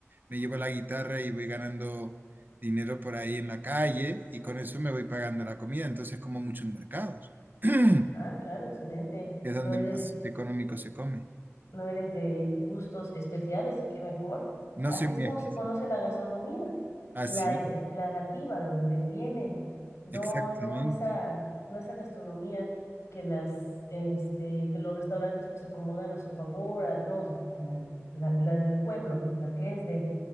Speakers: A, on the right (about 40°); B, on the left (about 70°).
A: me llevo la guitarra y voy ganando dinero por ahí en la calle y con eso me voy pagando la comida. Entonces como mucho en mercados. <clears throat>
B: Ah, claro, excelente.
A: Es donde
B: No eres,
A: más económico se come.
B: no eres de gustos especiales y qué mejor.
A: No
B: Así
A: soy
B: es
A: muy
B: como
A: exquisito.
B: se conoce la gastronomía,
A: Así,
B: la, eh, la nativa, de donde viene. No,
A: exactamente.
B: no esa, no esa gastronomía que las, este, que los restaurantes pues acomodan a su favor, a- no, o sea, la, la, la del pueblo, la que es de,